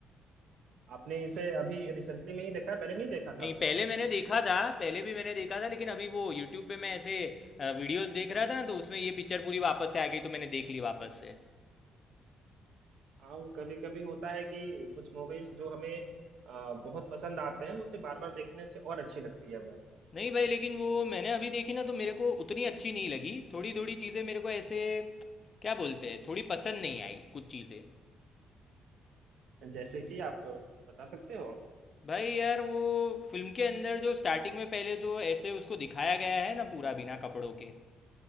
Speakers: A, on the right; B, on the left.
A: आपने इसे अभी रिसेंटली में ही देखा है पहले नहीं देखा था
B: नहीं पहले मैंने देखा था पहले भी मैंने देखा था लेकिन अभी वो यूट्यूब पे मैं ऐसे अ, वीडियोस देख रहा था ना तो उसमें ये पिक्चर पूरी वापस से आ गई तो मैंने देख ली वापस से
A: हाँ वो कभी कभी होता है कि कुछ मूवीज जो हमें अ, बहुत पसंद आते हैं उसे बार बार देखने से और अच्छी लगती है वो
B: नहीं भाई लेकिन वो मैंने अभी देखी ना तो मेरे को उतनी अच्छी नहीं लगी थोड़ी थोड़ी चीज़ें मेरे को ऐसे क्या बोलते हैं थोड़ी पसंद नहीं आई कुछ चीज़ें
A: जैसे कि आप बता सकते हो
B: भाई यार वो फिल्म के अंदर जो स्टार्टिंग में पहले तो ऐसे उसको दिखाया गया है ना पूरा बिना कपड़ों के